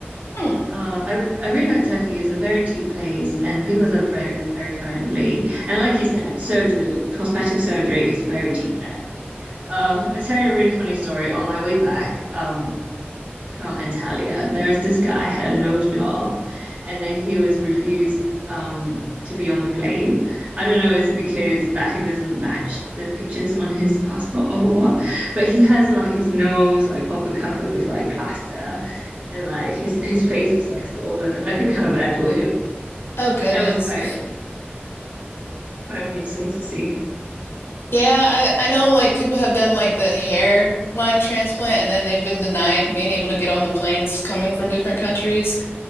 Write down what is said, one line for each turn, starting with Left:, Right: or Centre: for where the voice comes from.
Left: Hmm.
Right: Uh, I I really like Turkey. It's a very cheap place, and people are very very friendly. And like you said, surgery, cosmetic surgery is very cheap there. Uh, I'll tell you a really funny story. On my way back, um, from Antalya. There's this guy had a nose job, and then he was refused um to be on the plane. I don't know, is it because that he doesn't match the pictures on his passport or what? But he has like his nose like proper covered with like plaster, and like his his face was like swollen. I feel kind of bad for him,
Left: Oh goodness.
Right: but that was quite quite amusing to see.
Left: Yeah, I I know like people have done like the hair line transplant and then they've been denied being able to get on the planes coming from different countries.